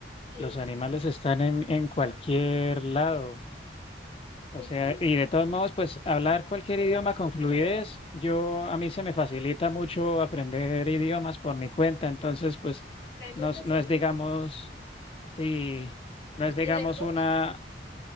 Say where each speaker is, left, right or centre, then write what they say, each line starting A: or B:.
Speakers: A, on the left (about 75°); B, on the left (about 30°).
A: sí.
B: los animales están en, en cualquier lado. O
A: Es
B: sea,
A: que
B: y de todos modos, pues hablar cualquier idioma con fluidez, yo a mí se me facilita mucho aprender idiomas por mi cuenta, entonces pues
A: hay
B: no,
A: muchos
B: es- no
A: idiomas.
B: es digamos, sí, no es digamos
A: Y no es lo
B: una
A: mismo.